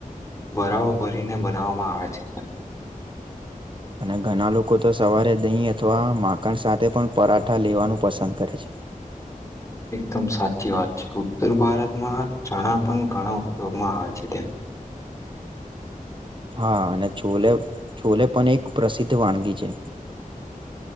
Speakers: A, on the left; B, on the right.
A: વરાઓ ભરીને બનાવવામાં આવે છે.
B: અને ઘણા લોકો તો સવારે દહીં અથવા માકણ સાથે પણ પરાઠા લેવાનું પસંદ કરે છે. હ
A: એકદમ સાચી વાત છે ઉત્તર ભારતમાં ચણા પણ ઘણા ઉપયોગમાં આવે છે તે
B: હા અને છોલે છોલે પણ એક પ્રસિદ્ધ વાનગી છે.